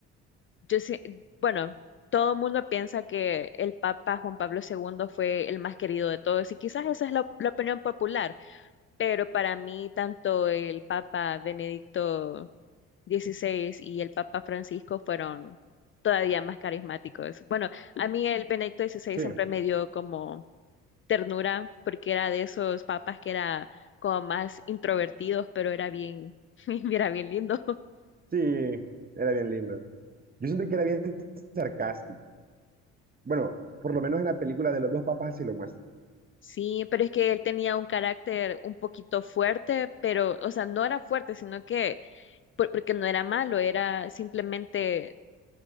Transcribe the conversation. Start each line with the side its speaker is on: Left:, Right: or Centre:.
Left: yo sé, bueno. Todo el mundo piensa que el Papa Juan Pablo II fue el más querido de todos y quizás esa es la la opinión popular, pero para mí tanto el Papa Benedicto dieciséis y el Papa Francisco fueron todavía más carismáticos. Bueno, a mí el Benedicto dieciséis
Right: Sí,
Left: siempre me dio como ternura porque era de esos papas que era como más introvertidos, pero era bien, <laughs> era bien lindo.
Right: sí, era bien lindo. Yo siento que era bien sarcástico. Bueno, por lo menos en la película de los dos papas así lo muestra.
Left: Sí, pero es que él tenía un carácter un poquito fuerte, pero, o sea, no era fuerte, sino que, por- porque no era malo, era simplemente